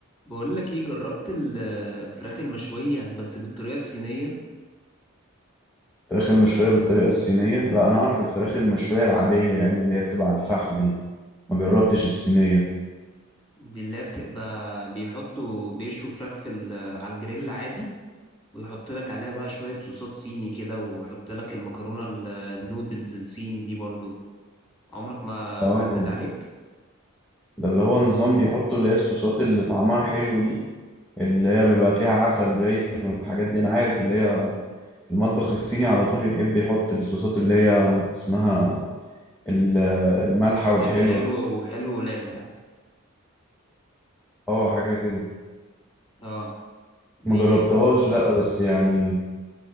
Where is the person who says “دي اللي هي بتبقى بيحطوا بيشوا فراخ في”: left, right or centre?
Left